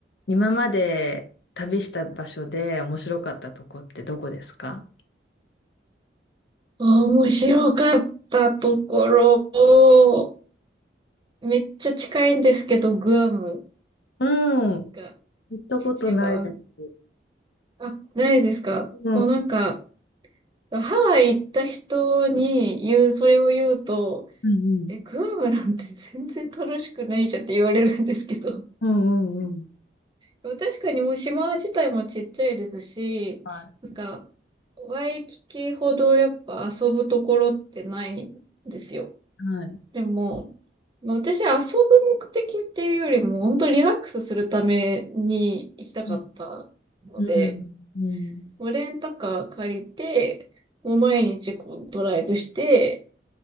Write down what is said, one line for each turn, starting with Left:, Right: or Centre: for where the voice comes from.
Left: 今まで旅した場所で面白かったとこってどこですか
Right: 面白かったところ、めっちゃ近いんですけど、グアム
Left: うん。
Right: が
Left: 行ったことないです。
Right: 一番。あ、ないですかもうなんか、
Left: うん。
Right: ハワイ行った人に言う、それを言うと、
Left: うんうん。
Right: え、グアムなんて全然楽しくないじゃんって言われるんですけど。
Left: うんうんうん。
Right: まあ確かにもう島自体もちっちゃいですし、
Left: はい。
Right: なんか、ワイキキほどやっぱ遊ぶところってないんですよ。
Left: はい。
Right: でも、まあ私、遊ぶ目的っていうよりも、本当リラックスするために行きたかったので、
Left: うん。うん。
Right: もうレンタカー借りて、もう毎日こうドライブして、